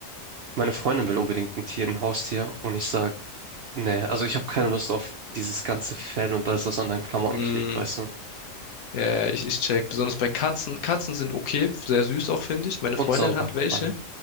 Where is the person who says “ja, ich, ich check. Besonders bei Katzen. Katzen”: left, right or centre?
Left